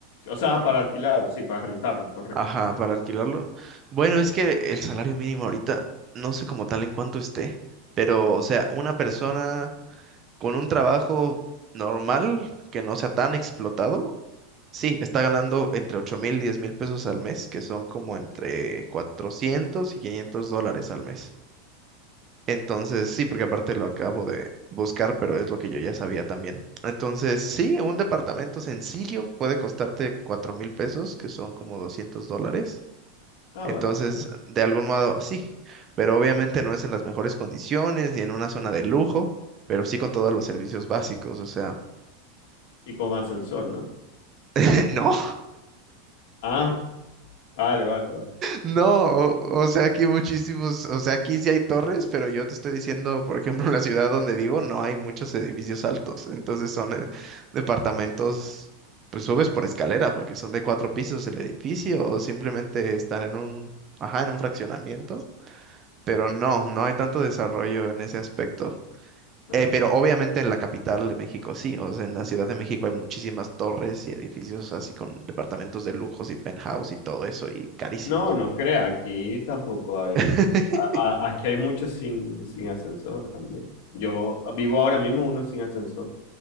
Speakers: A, on the left; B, on the right.
A: O sea, para alquilarlo, sí, para rentarlo, correcto.
B: Ajá, para alquilarlo. Bueno, es que el salario mínimo ahorita no sé como tal en cuánto esté, pero o sea, una persona con un trabajo normal que no sea tan explotado, sí, está ganando entre ocho mil y 10 mil pesos al mes, que son como entre 400 y 500 dólares al mes. Entonces, sí, porque aparte lo acabo de buscar, pero es lo que yo ya sabía también. Entonces, sí, un departamento sencillo puede costarte cuatro mil pesos, que son como 200 dólares.
A: Ah,
B: Entonces,
A: barato, ¿no?
B: de algún modo sí, pero obviamente no es en las mejores condiciones ni en una zona de lujo, pero sí con todos los servicios básicos, o sea,
A: Y con ascensor, ¿no?
B: <laughs> no,
A: Ah, vale, vale, vale.
B: no, o, o sea, aquí muchísimos, o sea, aquí sí hay torres, pero yo te estoy diciendo, por ejemplo, en la ciudad donde vivo no hay muchos edificios altos, entonces son eh, departamentos, pues subes por escalera porque son de cuatro pisos el edificio o simplemente están en un, ajá, en un fraccionamiento, pero no, no hay tanto desarrollo en ese aspecto.
A: Ah.
B: Eh, pero obviamente en la capital de México sí, o sea, en la Ciudad de México hay muchísimas torres y edificios así con departamentos de lujos y penthouse y todo eso y carísimos.
A: No, no crea, aquí tampoco hay,
B: <laughs>
A: a- a- aquí hay muchos sin, sin ascensor también. Yo vivo ahora mismo uno sin ascensor,